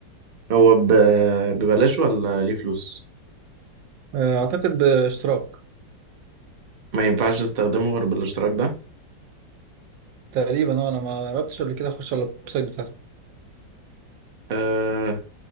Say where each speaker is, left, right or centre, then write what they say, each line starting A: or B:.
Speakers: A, on the right; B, on the right.
A: هو ب... ببلاش ولا ليه فلوس
B: آه، أعتقد باشتراك
A: ما ينفعش استخدمه غير بالاشتراك ده
B: تقريبا اه أنا ما جربتش قبل كده أخش على الويب سايت بتاعته
A: أه